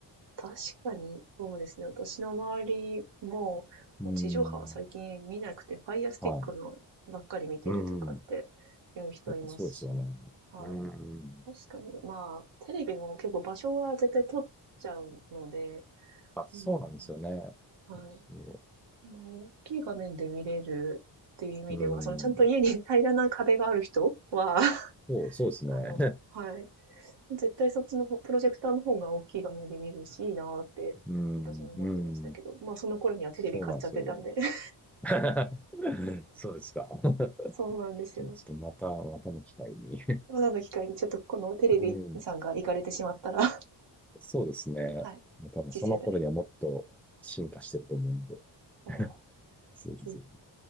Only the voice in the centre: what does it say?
うーん。
はい。うん。やっぱそうですよね。
うん。
あ、そうなんですよね。
そ
う。うん。
そう、そうですね。
<laughs> うん。
うん。
そうなんですよ。
<laughs> そうですか。<laughs>
じゃあちょっとまた、またの機会に。
<laughs> うん。
そうですね。
もう多分その頃にはもっと進化してると思うんで。
<laughs> ぜひぜひ。